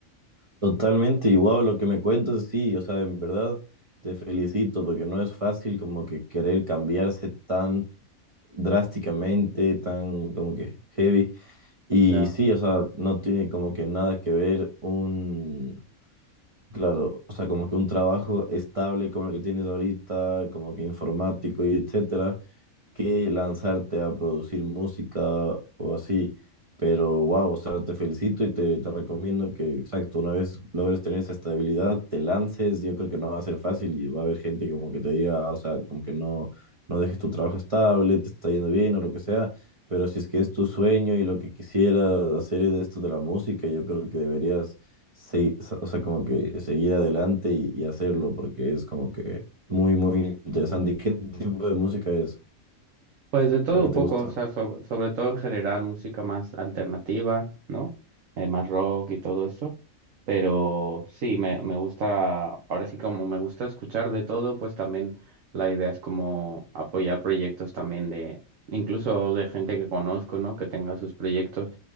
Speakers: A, on the right; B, on the right.
A: Totalmente, igual lo que me cuentas, sí, o sea, en verdad te felicito porque no es fácil como que querer cambiarse tan drásticamente, tan como que heavy. Y
B: Ya.
A: sí, o sea, no tiene como que nada que ver un, claro, o sea, como que un trabajo estable como el que tienes ahorita, como que informático y etcétera que lanzarte a producir música o así. Pero wow, o sea, te felicito y te, te recomiendo que, exacto, una vez logres tener esa estabilidad, te lances. Yo creo que no va a ser fácil y va a haber gente que como que te diga, "Ah, o sea, como que no, no dejes tu trabajo estable, te está yendo bien o lo que sea. Pero si es que es tu sueño y lo que quisieras hacer es esto de la música, yo creo que deberías, se- o sea, como que seguir adelante y, y hacerlo porque es como que muy, muy interesante. ¿Y qué tipo de música es?
B: Pues de todo
A: la que
B: un
A: te
B: poco,
A: gusta.
B: o sea, sob- sobre todo en general música más alternativa, ¿no? Eh, más rock y todo eso. Pero sí, me, me gusta, ahora sí como me gusta escuchar de todo, pues también la idea es como apoyar proyectos también de, incluso de gente que conozco, ¿no? Que tenga sus proyectos.